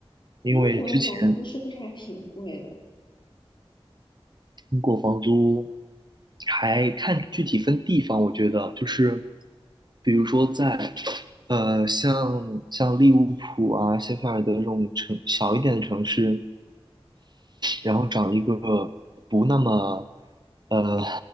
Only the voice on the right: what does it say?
因为之前
英国房租还看具体分地方，我觉得就是比如说在呃像像利物浦啊、谢菲尔德这种城小一点的城市，然后找一个不那么，呃，